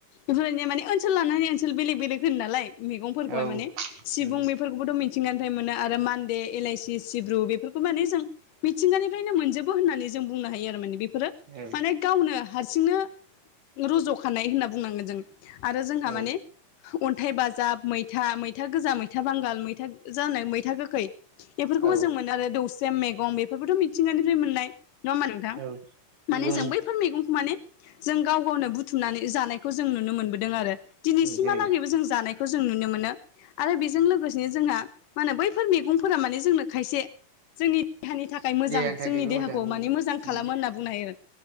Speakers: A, on the left; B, on the right.
A: बेफोरबायदि माने ओनसोल लानानै ओनसोल बेलेग बेलेग होनो नालाय मैगंफोरखौहाय
B: औ
A: माने सिबुं
B: उम
A: बेफोरखौबोथ' मिथि आथिंनिफ्राय मोनो आरो मान्दे एलाइसि सिब्रु बेफोरखौ माने जों मिथिंगानिफ्रायनो मोनजोबो होननानै जों बुंनो हायो आरो माने बेफोरो
B: औ
A: माने गावनो हारसिंनो रज'खानाय होनना बुंनांगोन जों आरो जोंहा
B: औ
A: माने अन्थाइ बाजाब मैथा मैथा गोजा मैथा बांगाल मैथा जानो मैथा गोखै बेफोरखौबो
B: औ
A: जों मोनो आरो दौस्रेम मैगं बेफोरखौथ' मिथिंगानिफ्राय मोननाय नङा होमा नोंथां!
B: औ नंगौ
A: माने जों बैफोर मैगंखौ माने जों गाव गावनो बुथुमनानै जानाय जों नुनो मोनदों आरो। दिनैसिमहा
B: जेरै
A: जों जानाय खौ जों नुनो मोन आरो बेजों लोगोसेनो जों माहोनो बैफोर मे गंफोर माने जोंनो खायसे जोंनि देहानि थाखाय थाखाय मोजां
B: देहानि थाखायबो
A: जोंनि देहाखौ
B: मोजां
A: मानिे
B: उम
A: मोजां खालामो होनना बुंनो हायो आरो